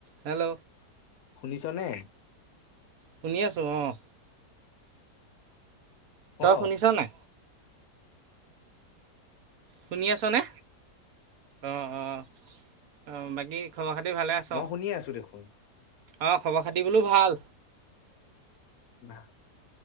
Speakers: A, on the right; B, on the left.
A: Hello.
B: শুনিছ নে?
A: শুনি আছো। অ'। তই
B: অ
A: শুনিছ নে? শুনি আছনে? অ' অ'। অ' বাকী খবৰ-খাতি? ভালে আছ?
B: মই শুনি আছো দেখোন।
A: অ' খবৰ-খাতি বোলো ভাল?
B: ভা